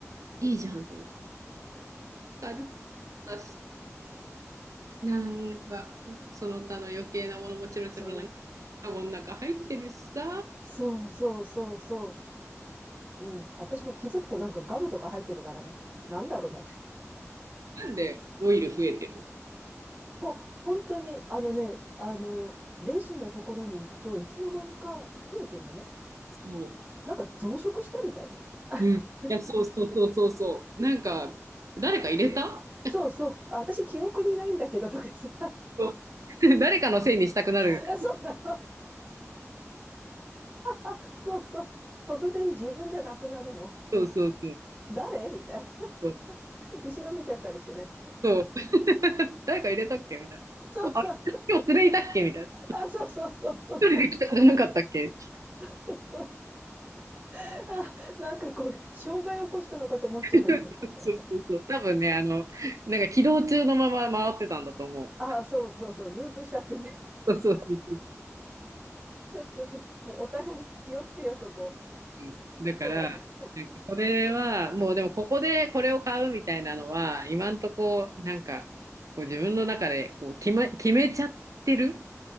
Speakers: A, on the right (about 90°); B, on the right (about 30°).
A: いいじゃんと思って。買っ
B: <laughs>
A: たしさ、なんか、その他の余計なものもチロチロなんか、
B: そう。
A: カゴの中入ってるしさ、
B: そうそうそうそう。うん。私も気づくとなんかガムとか入ってるからね。なんだろうなって。
A: なんでオイル増えてる
B: ほ、本当に、あのね、あの、レジのところに行くといつの間にか増えてんのね。
A: そ
B: なんか増殖したみたいな。<laughs>
A: う。うん。いや、そうそうそうそうそう。なんか、誰か入れた
B: そうそう。あ私、記憶にないんだけど、とかさ。
A: そう <laughs> 誰かのせいにしたくなる。
B: <laughs> あそうなの。<laughs> そうそう。突然自分じゃなくなるの。
A: そうそうそう。
B: 誰みたいな。
A: そう。
B: <laughs> 後ろ見ちゃったりしてね。
A: そう <laughs> 誰か入れたっけみたいな。
B: そうそうそう。
A: あれ、今日連れいたっけみたいな。
B: あ、そうそうそうそうそう。
A: 一人で来たんじゃなかったっけ
B: そうそう。あ、なんかこう、障害起こしたのかと思っちゃうよね。
A: <laughs>
B: なんか。
A: そうそうそう。多分ね、あの、なんか起動中のまま回ってたんだと思
B: あ、そうそうそう。ループしちゃってね。
A: う。そうそうそう
B: ちょっとさ、もうお互い気をつけよ、そこ。
A: うんだから、
B: そうだね。
A: なんかそれは、もうでもここでこれを買うみたいなのは、今んとこ、なんか、こう自分の中でこう決め、決めちゃってる